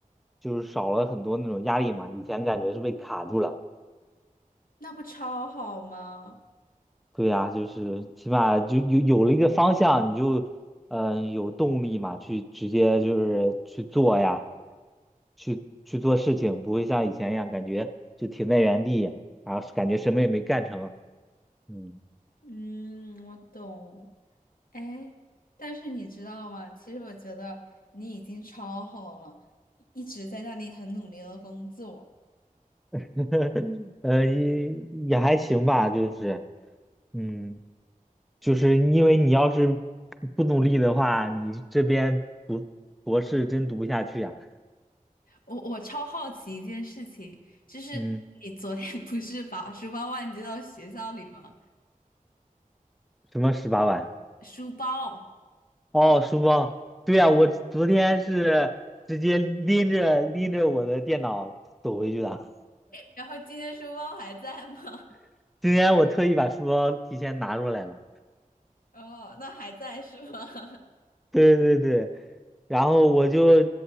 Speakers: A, in the centre; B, on the left (about 80°).
A: 就是少了很多那种压力嘛。以前感觉是被卡住了，
B: 那不超好吗？
A: 对呀，就是起码就有有了一个方向，你就，嗯、有动力嘛，去直接就是去做呀，去去做事情，不会像以前一样感觉就停在原地，然后感觉什么也没干成，嗯。
B: 嗯，我懂。哎，但是你知道吗？其实我觉得你已经超好了，一直在那里很努力的工作。
A: <laughs> 呃，也也还行吧，就是，嗯，就是因为你要是不努力的话，你这边读博士真读不下去呀、
B: 我我超好奇一件事情，就是你昨天
A: 嗯，
B: <laughs> 不是把书包忘记到学校里吗？
A: 什么十八万？
B: 书包，
A: 哦，书包。对呀、我昨天是直接拎着拎着我的电脑走回去的。
B: 然后今天书包还在吗？
A: <laughs> 今天我特意把书包提前拿出来了。
B: <laughs> 哦，那还在是吗？<laughs>
A: <laughs> 对对对，然后我就